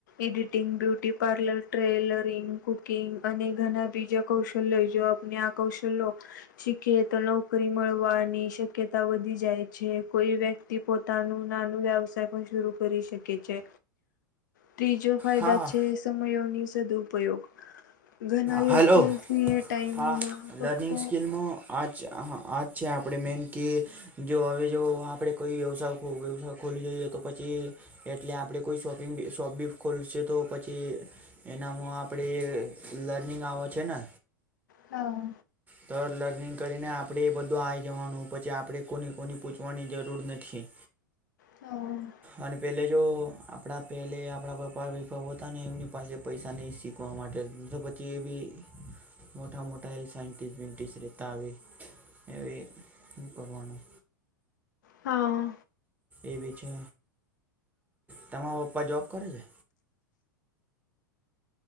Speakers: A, on the left; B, on the right.
A: editing, beauty parlour, tailoring, cooking અને ઘણા બીજા કૌશલ્ય જો આપને આ કૌશલો શીખે તો નોકરી મળવાની શક્યતા વધી જાય છે કોઈ વ્યક્ ક્તિ પોતાનું નાનું વ્યવસાય પણ શુરૂ કરી શકે છે. ત્રીજો ફાયદા
B: હા
A: છે સમયોની સદુપયોગ ઘણા લોકો
B: હા હલો
A: ફ્રી ટાઈમમાં
B: હા
A: ફક્ત
B: લર્નિંગ સ્કિલમાં આજ હ આજ છે આપણે મેન કે જો હવે જો આપડે કોઈ વ્યવસાય કોઈ વ્યવસાય ખોલી જોઈએ તો પછી એટલે આપણે કોઈ શોપિંગ શોપ બી ખોલશે તો પછી એનામાં આપણે લર્નિંગ આમાં છે ને.
A: હા.
B: તો લર્નિંગ કરીને આપણે એ બધું આઇ જવાનું પછી આપણે કોની કોની પૂછવાની જરૂર નથી.
A: હમ
B: અને પેલે જો આપડા પહેલે આપણા પપ્પા બીપ્પા હોતા ને એમની પાસે પૈસા નહીં શીખ ખવા માટે તો પછી એ બી મોટા મોટા એ સાયન્ટિસ્ટ બિન્ટિસ્ટ રહેતા, હવે હું કરવાનું?
A: હા હા
B: એ બી છે, તમાર પપ્પા જોબ કરે છે?